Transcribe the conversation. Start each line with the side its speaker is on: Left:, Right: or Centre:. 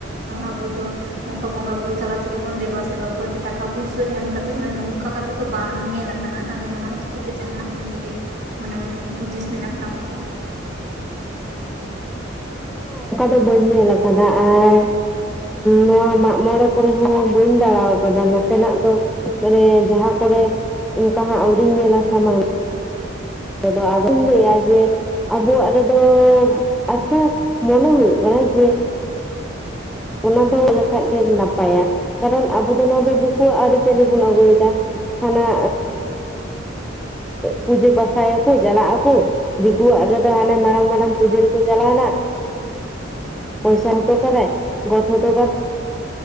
Right: ᱟᱵᱚ ᱫᱚ ᱱᱚᱝᱠᱟ ᱵᱚᱸᱜᱟ ᱵᱩᱨᱩ ᱛᱟᱞᱟ ᱛᱮᱜᱮ ᱵᱚᱱ ᱫᱮᱵᱟ ᱥᱮᱵᱟ ᱠᱚᱣᱟ ᱡᱮ ᱴᱟᱠᱟ ᱯᱩᱭᱥᱟᱹ ᱮᱢ ᱠᱟᱛᱮᱫ ᱢᱟᱱᱮ ᱱᱚᱝᱠᱟ ᱠᱟᱛᱮᱫ ᱫᱚ ᱵᱟᱝ ᱧᱮᱞ ᱟᱠᱟᱱᱟ ᱠᱟᱱᱟ ᱟᱫᱚ ᱱᱚᱣᱟ ᱤᱫᱤ ᱠᱟᱛᱮ ᱡᱟᱦᱟᱱᱟᱜ ᱡᱤᱮ ᱦᱩᱫᱤᱥ ᱢᱮᱱᱟᱜ ᱛᱟᱢ ᱠᱷᱟᱱ
Centre: ᱤᱧ ᱚᱱᱠᱟ ᱫᱚ ᱵᱟᱹᱧ ᱧᱮᱞ ᱟᱠᱟᱫᱟ ᱟᱨ ᱱᱚᱣᱟ ᱢᱟᱜᱢᱚᱬᱮ ᱠᱚᱨᱮ ᱦᱚᱸ ᱵᱟᱹᱧ ᱫᱟᱬᱟ ᱠᱟᱫᱟ ᱱᱚᱛᱮᱱᱟᱜ ᱫᱚ ᱢᱟᱱᱮ ᱡᱟᱦᱟᱸ ᱠᱚᱨᱮ ᱚᱱᱠᱟ ᱦᱟᱸᱜ ᱟᱹᱣᱨᱤᱧ ᱧᱮᱞᱟ ᱥᱟᱢᱟᱝ ᱟᱫᱚ ᱟᱫᱚᱧ ᱞᱟᱹᱭᱟ ᱡᱮ ᱟᱵᱚᱣᱟᱜ ᱨᱮᱫᱚ ᱟᱵᱚ ᱢᱚᱱᱮ ᱦᱩᱭᱩᱜ ᱠᱟᱱᱟ ᱡᱮ ᱚᱱᱟ ᱫᱚ ᱞᱮᱠᱷᱟᱡ ᱜᱮ ᱱᱟᱯᱟᱭᱟ ᱠᱟᱨᱚᱱ ᱟᱵᱚ ᱫᱚ ᱱᱚᱣᱟ ᱫᱚ ᱫᱤᱠᱩᱣᱟᱜ ᱟᱹᱨᱤᱪᱟᱹᱞᱤ ᱵᱚᱱ ᱟᱹᱜᱩᱭᱮᱫᱟ ᱦᱟᱱᱟ ᱯᱩᱡᱟᱹ ᱯᱟᱥᱟᱭᱟᱠᱚ ᱪᱟᱞᱟᱜ ᱟᱠᱚ ᱫᱤᱠᱩᱣᱟᱜ ᱨᱮᱫᱚ ᱦᱟᱱᱮ ᱢᱟᱨᱟᱝ ᱢᱟᱨᱟᱝ ᱯᱩᱡᱟᱹ ᱨᱮᱠᱚ ᱪᱟᱞᱟᱣᱮᱱᱟ ᱯᱚᱭᱥᱟ ᱦᱚᱴᱚ ᱠᱟᱫᱟᱭ ᱜᱚᱰ ᱦᱚᱴᱚ ᱠᱟᱫᱟᱭ